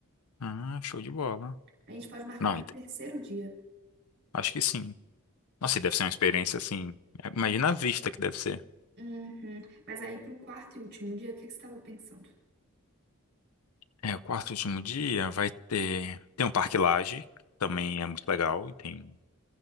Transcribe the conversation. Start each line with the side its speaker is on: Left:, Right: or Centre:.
Left: Ah, show de bola.
Right: A gente pode marcar
Left: Não,
Right: para
Left: ent-
Right: o terceiro dia.
Left: acho que sim. Nossa, e deve ser uma experiência assim. é, Imagina a vista que deve ser.
Right: Uhum. Mas aí para o quarto e último dia, o que que você estava pensando?
Left: É, o quarto e último dia vai ter. Tem um parque Lage, que também é muito legal, e tem